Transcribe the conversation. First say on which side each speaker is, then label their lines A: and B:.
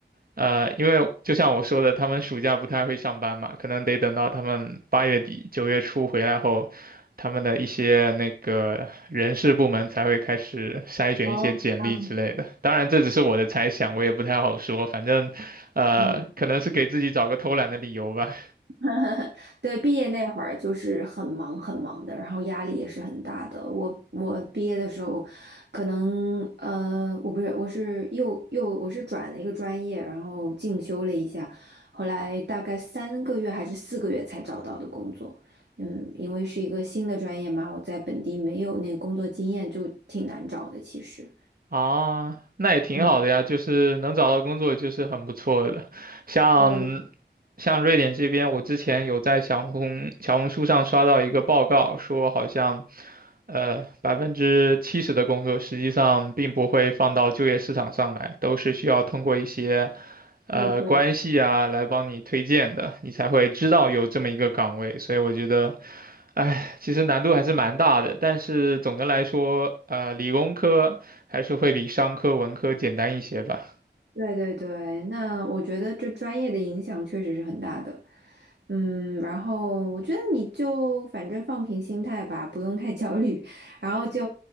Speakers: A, on the right; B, on the right.
A: 呃，因为就像我说的，他们暑假不太会上班嘛，可能得等到他们八月底、九月初回来后，他们的一些那个人事部门才会开始筛选一些简历之类的。
B: 哦，嗯
A: 当然，这只是我的猜想，我也不太好说。反正，呃，
B: 嗯。
A: 可能是给自己找个偷懒的理由吧。
B: <laughs> 对，毕业那会儿就是很忙很忙的，然后压力也是很大的。我我毕业的时候，可能呃，我不是，我是又又我是转了一个专业，然后进修了一下，后来大概三个月还是四个月才找到的工作。嗯，因为是一个新的专业嘛，我在本地没有那个工作经验，就挺难找的，其实。
A: 啊，那也挺好的呀，
B: 嗯，
A: 就是能找到工作就是很不错的。像
B: 我
A: 像瑞典这边，我之前有在小红小红书上刷到一个报告，说好像呃百分之七十的工作实际上并不会放到就业市场上来，都是需要通过一些呃关系啊来帮你推荐的，
B: 内推。
A: 你才会知道有这么一个岗位。所以我觉得哎，其实难度还是蛮大的，但是总的来说，呃，理工科还是会比商科、文科简单一些吧。
B: 对对对，那我觉得这专业的影响确实是很大的。嗯，然后我觉得你就反正放平心态吧，不用太焦虑，然后就